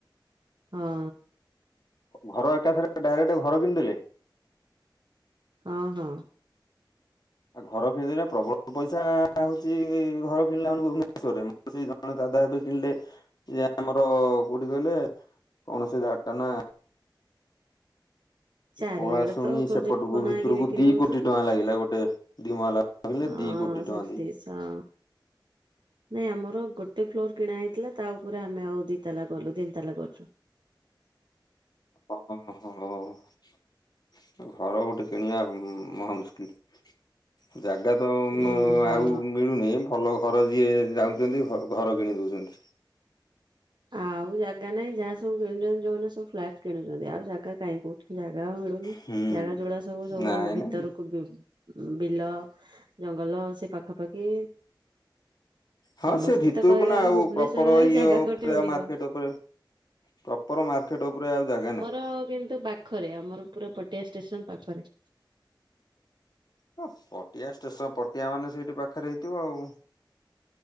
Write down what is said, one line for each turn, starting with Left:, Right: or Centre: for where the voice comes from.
Right: ହଁ।
Left: ଘର ଏକାଥରେ ଡାଇରେକ୍ଟ ଘର କିଣିଦେଲେ।
Right: ଅଁ ହଁ।
Left: ଆଉ ଘର କିଣିଦେଲେ ପ୍ରବଳ ପଇସା ହଉଛି ଘର କିଣିଲା ମାନେ ଭୁବନେଶ୍ୱରରେ। ଶ୍ୱରରେ ସେଇ ଜଣେ ଦାଦା ଏବେ କିଣିଲେ ଯେ ଆମର କୋଉଠି କହିଲେ? କଣ ସେ ଜାଗା ଟା ନା
Right: ଚାରିଆଡେ
Left: ପଳା ଶୁଣି
Right: ତ ପ୍ରୋଜେକ୍ଟ
Left: ସେପଟକୁ
Right: ବନା
Left: ଭିତରକୁ
Right: ହେଇକି ବିକ୍ରି
Left: ଦି
Right: ହଉଛି।
Left: କୋଟି ଟଙ୍କା ଲାଗିଲା ଗୋଟେ ଦି ମହଲା କହିଲେ
Right: ଏ
Left: ଦି କୋଟି ଟଙ୍କା
Right: ସେତିଶ
Left: ଦେଇକି।
Right: ନାଇଁ ଆମର ଗୋଟେ ଫ୍ଲୋର କିଣା ହେଇଥିଲା ତା ଉପରେ ଆମେ ଆଉ ଦି ତାଲା ଗଲୁ ତିନି ତାଲା କରୁଛୁ
Left: ହଁ ହୋ <unintelligible> ଘର ଗୋଟେ କିଣିବା ମହା ମୁସ୍କିଲ୍ ଜାଗା ତ
Right: ଉଁ ହଁ।
Left: ଆଉ ମିଳୁନି ଭଲ ଘର ଯିଏ ଯାଉଛନ୍ତି ଘର କିଣି ଦୋଉଛନ୍ତି।
Right: ଆ ଆଉ ଜାଗା ନାାଇଁ ଯାହା ସବୁ କିୁଛନ୍ତି ଯୋଉମାନେ ସବୁ ଫ୍ଲାଟ୍ କିଣୁଛନ୍ତି ଆଉ ଜାଗା କାଇଁ କୋଉଠି ଜାଗା ଆଉ ମିଳୁନି
Left: ହୁଁ।
Right: ଜାଗା ଯୋଉଟା ସବୁ ସବୁ
Left: ନାଇଁ
Right: ଭିତରକୁ
Left: ନାଇଁ
Right: <inaudible> ବିଲ ଜଙ୍ଗଲ ସେ ପାଖାପାଖି
Left: ହଁ
Right: ସମସ୍ତେ
Left: ସେ ଭିତରକୁ
Right: ତ କହିବେ
Left: ନା
Right: ଆମେ
Left: ଆଉ
Right: ଭୁବନେଶ୍ଵରରେ
Left: ପ୍ରପର ଇଏ
Right: ଜାଗା
Left: ଉପରେ
Right: କୋଉଠି ମିଳିବ।
Left: ଆ ମାର୍କେଟ ଉପରେ ପ୍ର ପ୍ରପର ମାର୍କେଟ୍ ଉପରେ ଆଉ ଜାଗା ନାହିଁ।
Right: ପାଖ କିନ୍ତୁ ବାକି ପାଖରେ ଆମର ପୁରା ପଟିଆ ଷ୍ଟେସନ ପାଖରେ
Left: ହ ପଟିଆ ଷ୍ଟେସନ ପଟିଆ ମାନେ ସେଇଠି ପାଖରେ ହେଇଥିବ ଆଉ